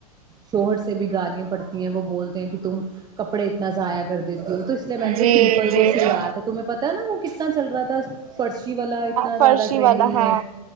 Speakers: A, on the right; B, on the right.
A: شوہر سے بھی گالیاں پڑتی ہیں وہ بولتے ہیں کہ تم کپڑے اتنا ضائع کر دیتی ہوں تو اس لیے میں نے تو
B: جی
A: سمپل
B: جی
A: وہ سلوا
B: جی
A: تھا تمہیں پتا ہےا وہ کتنا چل رہا تھا فرشی والا اتنا
B: فرشی
A: زیادہ ٹرینڈنگ
B: والا ہاں
A: میں